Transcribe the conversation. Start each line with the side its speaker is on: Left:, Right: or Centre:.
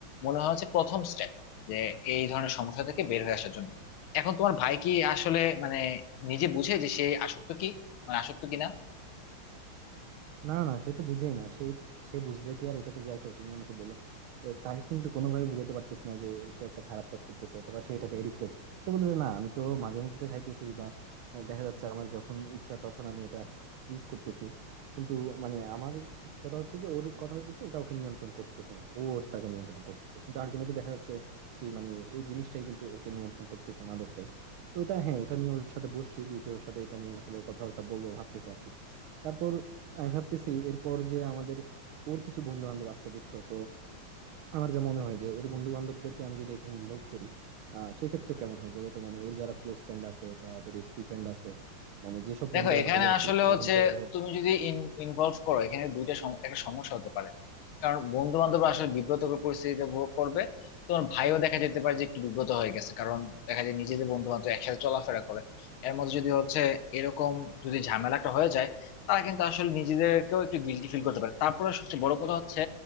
Left: মনে হয় হচ্ছে প্রথম স্টেপ যে এই ধরনের সমস্যা থেকে বের হয়ে আসার জন্য এখন তোমার ভাই কি আসলে মানে নিজে বুঝে যে সে আসক্ত কি মানে আসক্ত কিনা
Right: না না সে তো বুঝেই না সে সে বুঝলে কি আর ওইটাতে যাইতো তুমি আমাকে বলো যে তাকে কিন্তু কোনোভাবে বুঝাইতে পারতেছ না যে সে একটা খারাপ কাজ করতেছে অথবা সে এটাতে এডিক্টেড সে বলতে না আমি তো মাঝে মধ্যে খাইতেছি বা আহ, দেখা যাচ্ছে আমার যখন ইচ্ছা তখন আমি এটা ইউজ করতেছি কিন্তু মানে আমার কথা হচ্ছে কি ওর কথা হইতেছে ওটা ওকে নিয়ন্ত্রণ করতেছে না ও ওটাকে নিয়ন্ত্রণ করতেছে কিন্তু আলটিমেটলি দেখা যাচ্ছে কি মানে ওই জিনিসটাই কিন্তু ওকে নিয়ন্ত্রণ করতেছে মাদকটাই তো ওটা হ্যাঁ ওটা নিয়ে ওর সাথে বসছি দেখি ওর সাথে এটা নিয়ে আসলে কথাবার্তা বলবো ভাবতেছি আর কি তারপর আমি ভাবতেছি এরপর যে আমাদের ওর কিছু বন্ধু বান্ধব আছে বুঝছো তো আমার যা মনে হয় যে ওর বন্ধু বান্ধবদেরকে আমি যদি এখানে ইনভলভ করি আহ সেই ক্ষেত্রে কেমন হয় বলতো মানে ওর যারা ক্লোজ ফ্রেন্ড আছে বা ধরো স্কুল ফ্রেন্ড আছে মানে যেসব
Left: দেখো
Right: বন্ধুরা
Left: এখানে
Right: ভালো আর
Left: আসলে
Right: কি
Left: হচ্ছে
Right: এখন তো ধরো
Left: তুমি যদি ইনভলভ করো এখানে দুইটা সম- একটা সমস্যা হতে পারে কারণ বন্ধু বান্ধব আসলে বিব্রতকর পরিস্থিতিতে ভো- পড়বে তোমার ভাইও দেখা যেতে পারে যে একটু বিব্রত হয়ে গেছে কারণ দেখা যায় নিজে যে বন্ধু বান্ধব একসাথে চলাফেরা করে এর মধ্যে যদি হচ্ছে এরকম যদি ঝামেলাটা হয়ে যায় তারা কিন্তু আসলে নিজেদেরকেও একটু গিল্টি ফিল করতে পারে তারপরে সবচেয়ে বড় কথা হচ্ছে